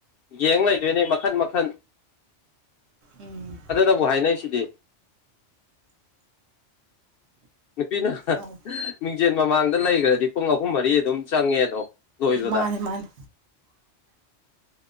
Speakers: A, on the left (about 60°); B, on the right (about 70°).
A: ꯌꯦꯡ ꯂꯩꯗꯣꯏꯅꯦ ꯃꯈꯟ ꯃꯈꯟ
B: ꯎꯝ
A: ꯑꯗꯨꯅꯕꯨ ꯍꯥꯏꯅꯩꯁꯤꯗꯤ ꯅꯨꯄꯤꯅ
B: ꯑꯧ
A: ꯃꯤꯡꯖꯦꯜ ꯃꯃꯥꯡꯗ ꯂꯩꯈ꯭ꯔꯗꯤ ꯄꯨꯡ ꯑꯍꯨꯝ ꯃꯔꯤ ꯑꯗꯨꯝ ꯆꯪꯉꯦ ꯑꯗꯣ ꯂꯣꯏꯕꯗ
B: ꯃꯥꯅꯦ ꯃꯥꯅꯦ